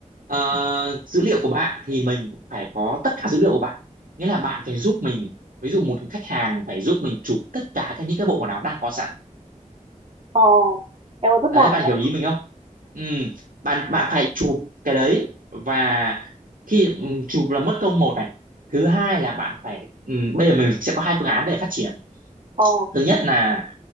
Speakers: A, on the right (about 90°); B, on the right (about 45°).
A: ờ, dữ liệu của bạn thì mình phải có tất cả dữ liệu của bạn nghĩa là bạn phải giúp mình ví dụ một khách hàng phải giúp mình chụp tất cả các những cái bộ quần áo đang có sẵn
B: Ờ, em ơi vất
A: đấy
B: vả
A: bạn
B: nhỉ.
A: hiểu ý mình không ừ, bạn bạn phải chụp cái đấy và khi ừ, chụp là mất công một này thứ hai là bạn phải ừ, bây giờ mình sẽ có hai phương án để phát triển
B: Ờ,
A: thứ nhất là